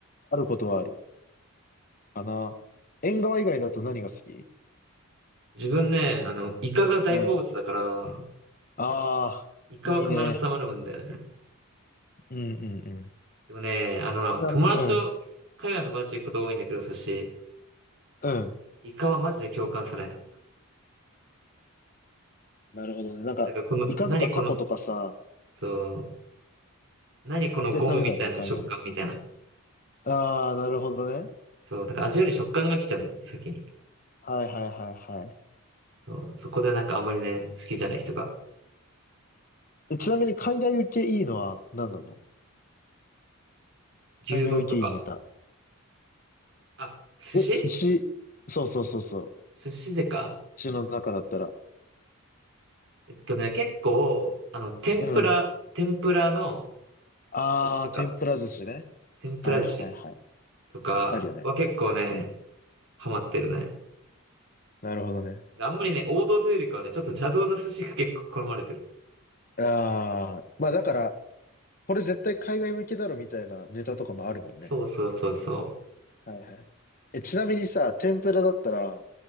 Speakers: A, on the left; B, on the right.
A: あることはある。かな。縁側以外だと何が好き
B: 自分ね、あの、イカが大好物だから、
A: うん。ああ、
B: イカは必ず頼むんだよね。
A: いいね。うんうんうん。
B: でもね、あの、
A: なん、
B: 友達と、
A: うん、
B: 海外の友達と行くこと多いんだけど、寿司、
A: うん。
B: イカはマジで共感されん。
A: なるほどね。なんか、
B: なんかこの、
A: イカとかタコとかさ、
B: 何この、そう、何このゴムみたいな食感みたいな。
A: 絶対食べないね、海外のああ、なるほどね。
B: そう、だから味より食感が来ちゃうんだって、先に。
A: はいはいはいはい。
B: そう、そこでなんかあんまりね、好きじゃない人が
A: え、
B: あったりする。
A: ちなみに海外受けいいのは何なの
B: 牛丼とか。
A: 海外受けいいネタ。
B: あ、寿司
A: え、寿司。そうそうそうそう。
B: 寿司でか。
A: 寿司の中だったら。
B: えっとね、結構、あの、天ぷら、
A: うん。
B: 天ぷらの
A: ああ、
B: 寿司でか。
A: 天ぷら寿司ね。
B: 天ぷら寿司。
A: はいはいはい。
B: とかは結構ね、
A: あるよね。うん。
B: ハマってるね。
A: なるほどね。
B: あんまりね、王道というよりかはね、ちょっと邪道な寿司が結構好まれてる。
A: ああ、まあだから、これ絶対海外向けだろみたいなネタとかもあるもんね。
B: そうそうそうそ
A: はいはい。え、ちなみにさ、天ぷらだったら、